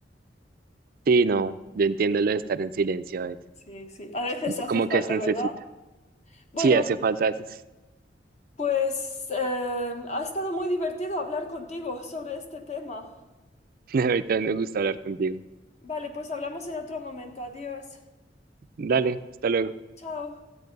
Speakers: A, on the right; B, on the left.
A: Sí, no, yo entiendo lo de estar en silencio a veces.
B: Sí, sí, a veces hace
A: Como
B: falta,
A: que se necesita.
B: ¿verdad? Bueno,
A: Sí, hace falta eso.
B: pues eh, ha estado muy divertido hablar contigo sobre este tema.
A: <laughs> Ahorita me gusta hablar contigo.
B: Vale, pues hablamos en otro momento. Adiós.
A: Dale, hasta luego.
B: Chao.